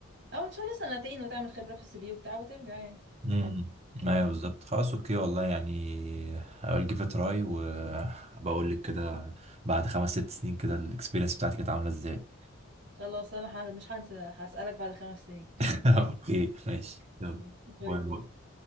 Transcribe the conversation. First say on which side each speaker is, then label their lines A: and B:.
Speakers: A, on the right; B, on the right.
A: او ان شاء الله سنتين وتعمل خبرة في السي في وبتاع وترجع يعني
B: امم
A: عادي
B: ايوه
A: مم.
B: بالظبط خلاص اوكي والله يعني هقول جيف تراي وبقول لك كده بعد خمس ست سنين كده الاكسبيرينس بتاعتي كانت عاملة ازاي
A: خلاص انا ح- مش هنسى هسألك بعد خمس سنين <laughs>
B: <laughs> اوكي ماشي يلا
A: ماشي. باي
B: باي باي
A: باي